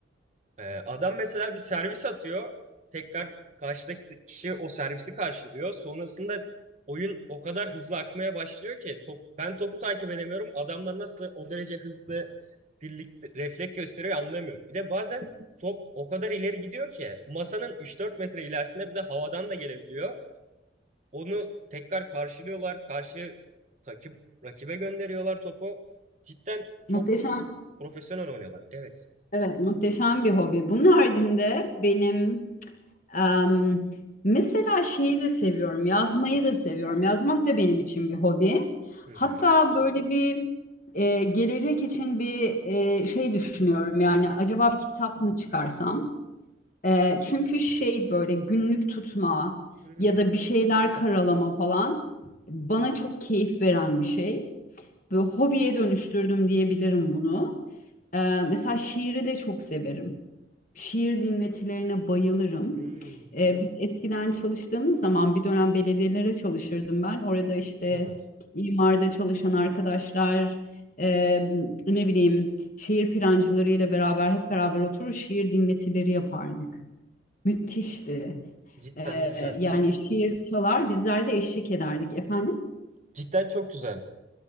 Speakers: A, on the right; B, on the left.
A: Ee, adam mesela bir servis atıyor. Tekrar karşıdaki kişi o servisi karşılıyor. Sonrasında oyun o kadar hızlı akmaya başlıyor ki top, ben topu takip edemiyorum. Adamlar nasıl o derece hızlı birlikte refleks gösteriyor anlayamıyorum. Bir de bazen top o kadar ileri gidiyor ki masanın 3-4 metre ilerisinde bir de havadan da gelebiliyor. Onu tekrar karşılıyorlar. Karşı takip rakibe gönderiyorlar topu. Cidden çok
B: Muhteşem.
A: profesyonel oynuyorlar. Evet.
B: Evet, muhteşem bir hobi. Bunun haricinde benim em, mesela şeyi de seviyorum, yazmayı da seviyorum. Yazmak da benim için bir hobi.
A: Hı
B: Hatta
A: hı.
B: böyle bir e, gelecek için bir e, şey düşünüyorum. Yani acaba bir kitap mı çıkarsam? E, çünkü şey böyle günlük tutma
A: Hmm.
B: ya da bir şeyler karalama falan bana çok keyif veren bir şey. Böyle hobiye dönüştürdüm diyebilirim bunu. Ee, mesela şiiri de çok severim. Şiir dinletilerine bayılırım.
A: Hmm.
B: Ee, biz eskiden çalıştığımız zaman bir dönem belediyelere çalışırdım ben. Orada işte
A: Evet.
B: imarda çalışan arkadaşlar, e, ne bileyim şehir plancılarıyla beraber hep beraber oturur şiir dinletileri yapardık. Müthişti.
A: Cidden
B: Ee,
A: güzel.
B: yani şiir çalar bizler de eşlik ederdik efendim.
A: Cidden çok güzel.